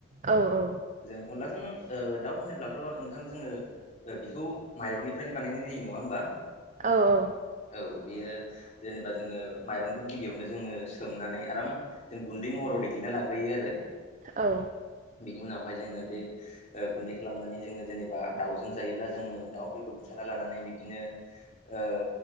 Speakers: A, on the right; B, on the left.
A: औ औ।
B: जों अनलाजों ओ दाउ होनोब्लाथ' नोंथां जोङो ओ बिखौ माइरंनिफ्रायनो बानायनाय जायो नङा होमबा?
A: औ औ।
B: औ बेयो जेनेबा जोङो माइरंखौ गिबियावनो जोङो सोमनानै आराम जों गुन्दै महराव देग्लिना लाग्रोयो आरो।
A: औ
B: बिनि उनावहाय जोङो बे ओ गुन्दै खालामनानै जोङो जेनेबा दाउजों जायोब्ला जोङो दाउफोरखौ बुथारना लानानै बिब्दिनो ओ